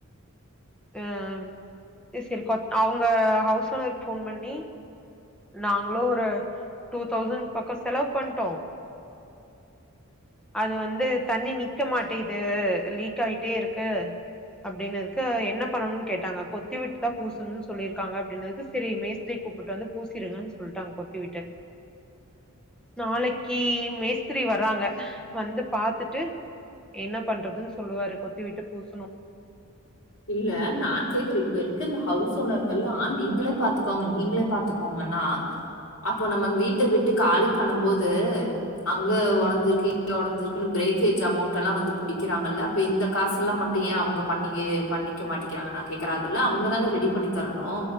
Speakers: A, in the centre; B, on the left.
A: அ அது சரி அவங்க ஹவுஸ் ஓனருக்கு போன் பண்ணி நாங்களு ஒரு டூ தௌசண்ட் பக்கொ செலவு பண்ட்டோ அது வந்து தண்ணி நிக்க மாட்டே இது லீக் ஆயிட்டே இருக்கு அப்படினதுக்கு என்ன பண்ணணும்னு கேட்டாங்க கொத்தி விட்டுதா பூசணுனு சொல்லிரு இருக்காங்க அப்படினதுக்கு சரி மேஸ்திரி கூப்ட்டு வந்து பூசிருங்கன்னு சொல்ட்டாங்க கொத்தி விட்டு நாளைக்கு மேஸ்திரி வறராங்க வந்து பாத்துட்டு என்ன பண்றதுன் சொல்லுவாரு கொத்தி விட்டு பூசணு
B: இல்ல நா கேக்குறே இப்ப இருக்க இந்த ஹவுஸ் ஓனர்கல்லா நீங்களே பாத்துக்கோங்க நீங்களே பா த்துக்கோங்கன்னா அப்போ நம்ம வீட்ட விட்டு காலி பண்ணும் போது அங்க ஒடஞ்சிருக்கு இங்க ஒடஞ்சிருக்குன்னு பிரேக்கேஜ் அமௌண்ட் எல்லா வந்து புடிக்குறாங்கல்ல அப்ப இந்த காசல்லா மட் அவங்க பண்ணியே பண்ணிக்க மாட்டேிக்கிறாங்க நா கேக்குற இல்ல அவங்கதான ரெடி பண்ணி தரணு